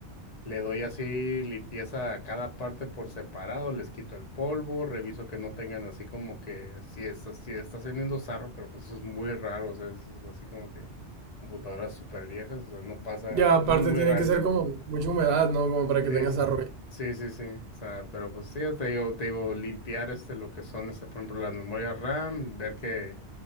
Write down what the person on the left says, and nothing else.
le doy así limpieza a cada parte por separado, les quito el polvo, reviso que no tengan así como que si está, si está saliendo sarro, pero pues eso es muy raro, o sea, es así como que computadoras súper viejas, o sea, no pasa
muy
raro,
Sí,
sí,
sí, sí. sí. O sea, pero pues sí, te digo, te digo, limpiar este lo que son, este, por ejemplo, las memorias RAM, ver que,